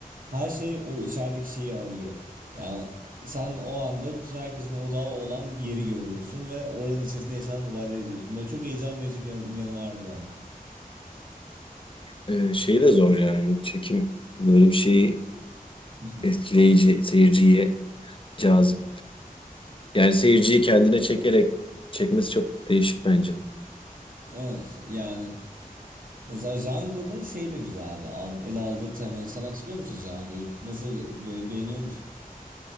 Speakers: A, on the right (about 65°); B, on the left (about 35°).
A: her şey o içerideki şeyi arıyor. Yani sen o anda bütün herkesin odağı olan yeri görüyorsun ve oranın içerisinde yaşanan olayları izliyorsun. Böyle çok heyecan verici bir yanı, yanı vardı bence.
B: e, şey de zor yani çekim böyle bir şeyi
A: <laughs>
B: etkileyici seyirciye cazip. Yani seyirciyi kendine çekerek çekmesi çok değişik bence.
A: Evet yani mesela Django'da şey de güzeldi. Al, ele aldığı temayı. Sen hatırlıyor musun Django'yu? Nasıl be- beğeniyor musun?